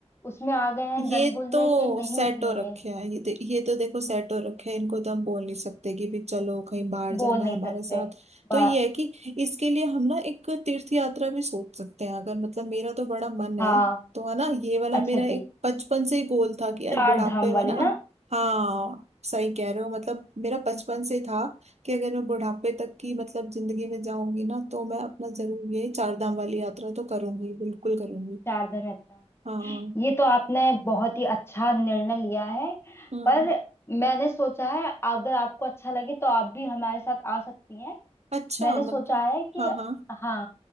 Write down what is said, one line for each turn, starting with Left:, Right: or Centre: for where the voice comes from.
Left: उसमें आ गए हैं
Right: ये
Left: जंगल
Right: तो
Left: में कि नहीं
Right: सेट
Left: निकलेंगे
Right: हो रखे हैं ये दे, ये तो देखो सेट हो रखे हैं इनको तो हम बोल नहीं सकते कि भी चलो कहीं बाहर जाना
Left: बोल नहीं
Right: है हमारे
Left: सकते
Right: साथ तो
Left: बात
Right: ये है कि इसके लिए हम ना एक तीर्थ यात्रा भी सोच सकते हैं अगर मतलब मेरा तो बड़ा मन है
Left: हाँ
Right: तो है ना ये वाला
Left: अच्छा
Right: मेरा
Left: जी
Right: एक बचपन से ही गोल था कि यार
Left: चार
Right: बुढ़ापे
Left: धाम
Right: में
Left: वाली
Right: ना
Left: ना
Right: हाँ सही कह रहे हो मतलब मेरा बचपन से था कि अगर मैं बुढ़ापे तक की मतलब जिंदगी में जाऊंगी ना तो मैं अपना जरूर ये चार धाम वाली यात्रा तो करूंगी बिल्कुल करूंगी
Left: चार धाम यात्रा
Right: हाँ
Left: ये तो आपने बहुत ही अच्छा निर्णय लिया है
Right: हम्म
Left: पर मैंने सोचा है अगर आपको अच्छा लगे तो आप भी हमारे साथ आ सकती हैं
Right: अच्छा
Left: मैंने
Right: मतलब
Left: सोचा है कि
Right: हाँ हाँ
Left: हाँ